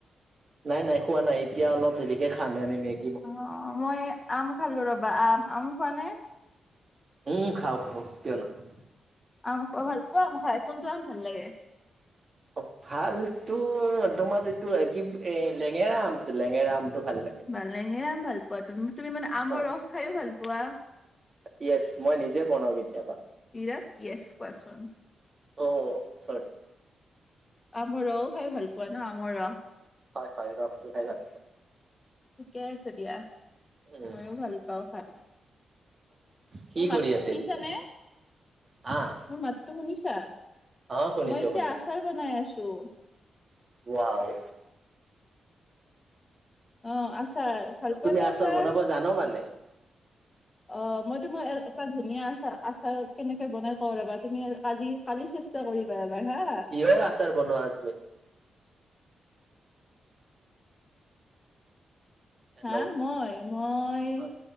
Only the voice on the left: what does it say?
অ' মই এই আম খালো ৰ'বা আম, আম খোৱা নে?
আম খাই ভাল পোৱা, মই খাই কোনটো আম ভাল লাগে?
বালেহে ভাল পোৱা তুমি, তুমি মানে অমৰ
ৰস খাইও ভাল পোৱা
ইৰাত য়েছ কোৱা চোন।
আমৰ ৰও খাই ভাল পোৱা ন আমৰ ৰস?
ঠিকে আছে দিয়া,
ময়ো ভাল পাওঁ খাই।
মোৰ মাতটো
সুধিছানে?
মোৰ মাতটো শুনিছা?
মই এতিয়া
আচাৰ বনাই আছো।
অ আচাৰ ভাল
পোৱা
নে
আচাৰ
অ মই তোমাৰ এটা এটা ধুনীয়া আচাৰ আচাৰ কেনেকে বনায় কওঁ ৰবা তুমি কাজি কালি চেষ্টা কৰিবা এবাৰ হা
হা মই মই